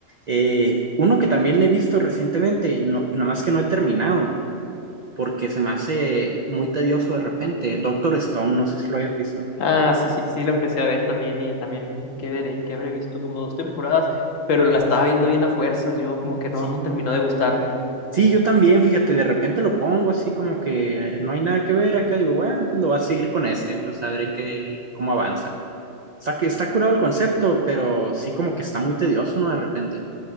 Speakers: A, on the right; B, on the left.
A: Eh, uno que también he visto recientemente, no, nada más que no he terminado, porque se me hace muy tedioso de repente. Doctor Stone, no sé si lo hayas visto.
B: Ah, sí, sí, sí, lo empecé a ver también y también, ¿qué veré? Que habré visto como dos temporadas, pero la estaba viendo bien a fuerzas, yo como que
A: Sí,
B: no, no terminó de gustarme.
A: Sí, yo también, fíjate, de repente lo pongo así como que eh, no hay nada que ver acá, digo, bueno, pues lo voy a seguir con este, o sea, a ver en qué, cómo avanza. O sea, que está curado el concepto, pero sí como que está muy tedioso, ¿no? De repente.